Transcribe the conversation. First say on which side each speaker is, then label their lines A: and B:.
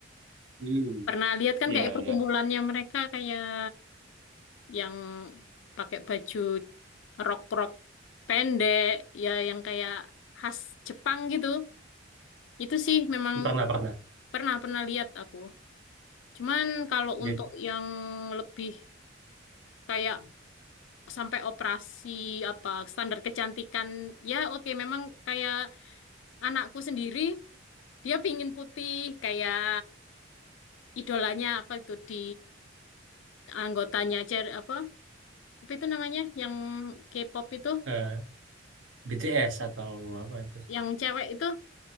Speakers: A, on the right; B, on the left.
A: Hmm,
B: Pernah lihat kan
A: iya
B: kayak perkumpulannya
A: iya.
B: mereka kayak yang pakai baju rok-rok pendek ya yang kayak khas Jepang gitu. Itu sih memang
A: Pernah pernah.
B: pernah pernah lihat aku. Cuman kalau untuk
A: Jadi
B: yang lebih kayak sampai operasi apa standar kecantikan ya oke memang kayak anakku sendiri dia pingin putih kayak idolanya apa itu di anggotanya aja apa apa itu namanya yang K-pop itu
A: eh, BTS atau apa itu?
B: yang cewek itu